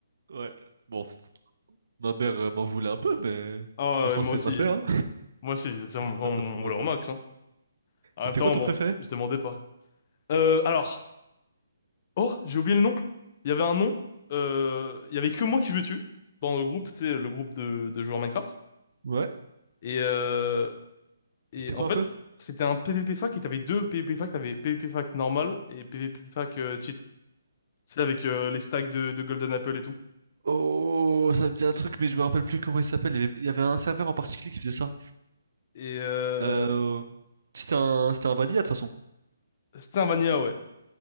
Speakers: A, on the right (about 55°); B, on the left (about 25°).
A: Ouais. Bon, ma mère euh, m'en voulait un peu, mais...
B: Ah
A: Maintenant,
B: ouais, moi
A: c'est
B: aussi.
A: passé, hein.
B: Moi aussi, c'est mon,
A: Maintenant,
B: mon
A: c'est passé.
B: voleur au max,
A: Et
B: hein. En
A: C'était
B: même temps,
A: quoi ton
B: bon,
A: préféré?
B: je demandais pas. Euh, alors. Oh, j'ai oublié le nom. Il y avait un nom. Euh, il y avait que moi qui jouais dessus. Dans le groupe, tu sais, le groupe de, de joueurs Minecraft.
A: Ouais.
B: Et, euh, et
A: C'était
B: en
A: quoi
B: fait,
A: un peu?
B: c'était un PvP fac et t'avais deux PvP fac. T'avais PvP fac normal et PvP fac euh, cheat. C'est avec euh, les stacks de, de Golden Apple et tout.
A: Oh, ça me dit un truc, mais je me rappelle plus comment il s'appelle. Il y avait, il y avait un serveur en particulier qui faisait ça.
B: Et euh,
A: Euh, C'était un, c'était un vanilla, de toute façon.
B: c'était un mania, ouais.